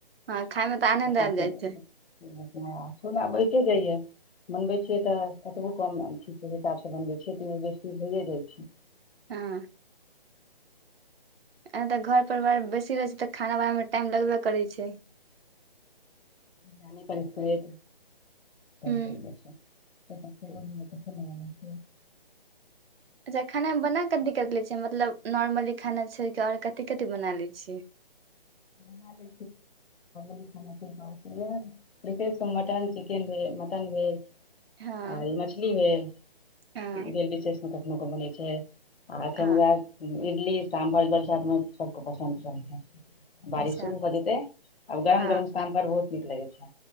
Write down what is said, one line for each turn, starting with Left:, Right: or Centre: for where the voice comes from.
Right: हँ खायमे तऽ आनन्द
Left: आ
Right: आबि
Left: पापड़ी
Right: जाइ
Left: द
Right: छै
Left: दियौ छोला बइचे जाइयै बनबै छियै तऽ कतबो कम चीज के हिसाबसँ बनबै छियै तऽ बेसी होइए जाइ छै
Right: हँ एना तऽ घर परिवार बेसी रहै छै तऽ खाना बनामे टाइम लगबे करै छै
Left: नान स्कूल छै <unintelligible>
Right: हूँ
Left: ओनामे त घुमना से <unintelligible>
Right: अच्छा खाना मे बना क दिक्कत लै छियै मतलब नॉर्मली खाना छोड़िक आओर कथि कथि बना लै छियै
Left: बना ले ली खाना कह मटन <unintelligible> <unintelligible> चिकन भेल मटन भेल
Right: हँ
Left: आओर मछली भेल
Right: हँ
Left: ई भेल विशेषमे कखनो क बनै छै आ एखन
Right: हँ
Left: उएह इडली सामभर बरसातमे सबके पसन्द छेन बारिश
Right: अच्छा
Left: शुरू भऽ जेतै आब गरम
Right: हँ
Left: गरम सामभर बहुत नीक लगैत छै